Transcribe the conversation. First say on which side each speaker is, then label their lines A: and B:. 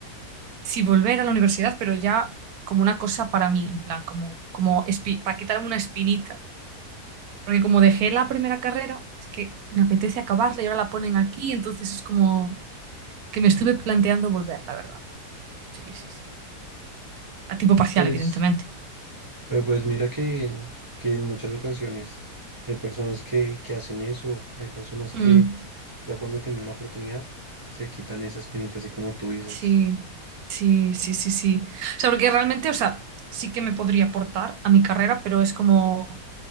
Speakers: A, on the right; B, on the right.
A: si volver a la universidad, pero ya como una cosa para mí, en plan, como, como espi- para quitarme una espinita. Porque como dejé la primera carrera, es que me apetece acabarla y ahora la ponen aquí, entonces es como que me estuve planteando volver, la verdad. Sí, sí, sí. A tiempo parcial,
B: Pues...
A: evidentemente.
B: Pero pues mira que, que en muchas ocasiones hay personas que, que hacen eso, hay personas que
A: Mm.
B: ya cuando tienen la oportunidad se quitan esas penitas así como tú dices.
A: Sí, sí, sí, sí, sí. O sea, porque realmente, o sea, sí que me podría aportar a mi carrera, pero es como,